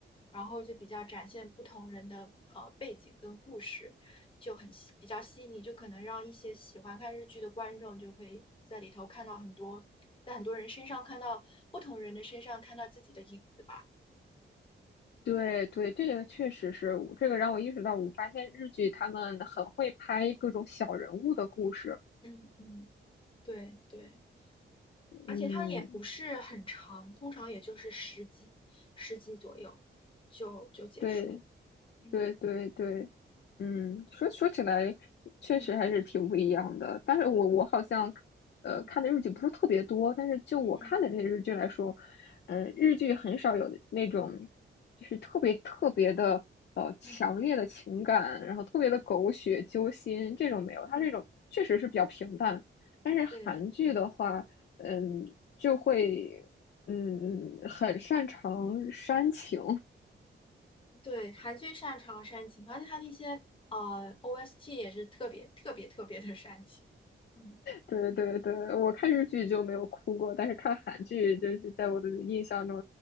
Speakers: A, on the left; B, on the left.
A: 然后就比较展现不同人的呃背景跟故事，就很细比较细腻，就可能让一些喜欢看日剧的观众就可以在里头看到很多，在很多人身上看到不同人的身上看到自己的影子吧。
B: 对对，这个确实是，这个让我意识到，我发现日剧他们很会拍各种小人物的故事。
A: 嗯嗯，对对，
B: 嗯，
A: 而且它也不是很长，通常也就是十集，十集左右就就结束了。
B: 对，
A: 嗯
B: 对对对，嗯，说说起来确实还是挺不一样的。
A: 嗯
B: 但是我我好像呃看的日剧不是特别多，
A: 嗯
B: 但是就我看的这些日剧来说，
A: 嗯嗯
B: 嗯、日剧很少有那种就是特别特别的呃强烈的情感，
A: 嗯
B: 然后特别的狗血揪心这种没有，
A: 嗯，
B: 它这种确实是比较平淡。但是韩剧的话，
A: 对。
B: 嗯，就会嗯很擅长煽情，
A: 对，韩剧擅长煽情，而且它那些呃 OST 也是特别特别特别的煽情，嗯，
B: 对对对，我看日剧就没有哭过，但是看韩剧就是在我的印象中，